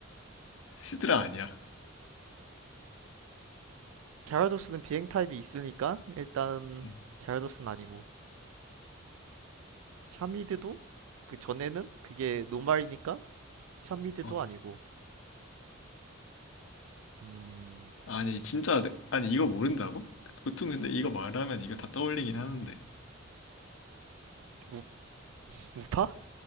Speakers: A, on the left (about 65°); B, on the right (about 85°).
A: 시드라 아니야
B: 갸라도스는 비행 타입이 있으니까 일단
A: 음,
B: 갸라도스는 아니고 샤미드도 그 전에는 그게 노말이니까 샤미드도
A: 어
B: 아니고 음
A: 아니 진짜 내- 아니 이거 모른다고 보통 근데 이거 말하면 이거 다 떠올리긴 하는데
B: 우, 우파?